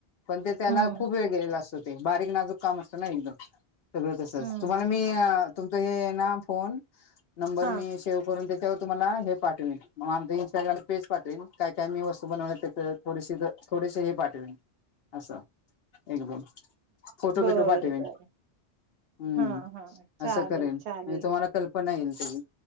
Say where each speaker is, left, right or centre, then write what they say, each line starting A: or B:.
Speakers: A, on the left; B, on the right.
A: पण ते त्याला
B: हम्म
A: खूप वेळ गेलेला असतो, ते बारीक नाजूक काम असतं ना एकदम सगळं तसच
B: हम्म
A: तुम्हाला मी तुमच हे ना फोन नंबर
B: हां.
A: मी सेव करून त्या, त्यावर तुम्हाला हे पाठवन मग आमं इं्स्टाग्राम पेज पाठवेल काय काय मी वस्तू बनवल्यात त्याच थोडीशी थोडेसे हे पाठले असं एकदम फोटो
B: बरं
A: बिटो पाठवेन
B: बरं.
A: हम्म
B: हां हां. चालेल
A: असं करेन
B: चालेल.
A: तुम्हाला क पण येईल